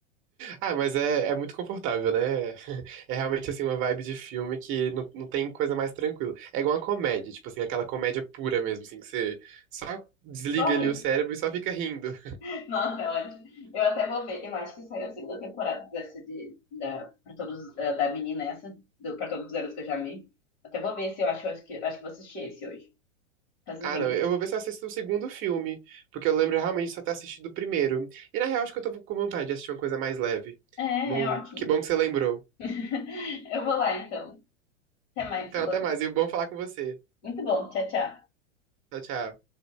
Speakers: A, on the right; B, on the left.
A: Ah, mas é, é muito confortável, né. <laughs> É realmente, assim, uma vibe de filme que não, não tem coisa mais tranquila. É igual uma comédia, tipo assim, aquela comédia pura mesmo, assim, que você só desliga
B: Só
A: ali
B: ri.
A: o cérebro e só fica rindo.
B: <laughs> Nossa, é ótimo. Eu até vou ver. Eu acho que saiu a segunda temporada dessa de, da, pra todos, da, da menina essa, do, pra todos os garotos que eu já amei. Até vou ver se eu acho, eu acho que, eu acho que vou assistir esse hoje. Faz
A: Ah,
B: um tempinho.
A: não. Eu vou ver se eu assisto o segundo filme, porque eu lembro realmente só ter assistido o primeiro. E na real, acho que eu tô com vontade de assistir uma coisa mais leve.
B: É,
A: Bom,
B: é ótimo.
A: que bom que você lembrou.
B: <laughs> Eu vou lá então. Até mais,
A: Então,
B: Solano.
A: até mais. E bom falar com você.
B: Muito bom. Tchau, tchau.
A: Tchau, tchau.